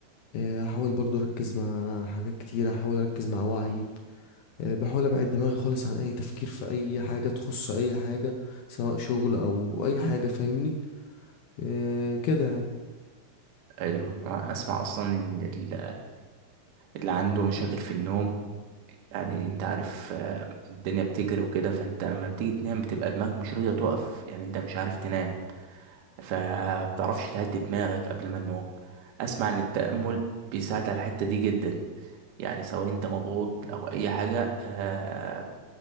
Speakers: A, on the left; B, on the right.
A: آه، احاول برضو اركز مع حاجات كتيره احاول اركز مع وعي آه، بحاول ابعد دماغي خالص عن اي تفكير في اي حاجه تخص اي حاجه سواء شغل او اي حاجه فاهمني إيه كده يعني
B: ايوه أنا اسمع اصلا ان ال- اللي عنده مشاكل في النوم يعني انت عارف آه، الدنيا بتجري وكده فانت لما بتيجي تنام بتبقى دماغك مش راضية تقف يعني انت مش عارف تنام فبتعرفش تهدي دماغك قبل ما النوم اسمع ان التأمل بيساعد على الحتة دي جدا يعني سواء انت مضغوط او اي حاجه آه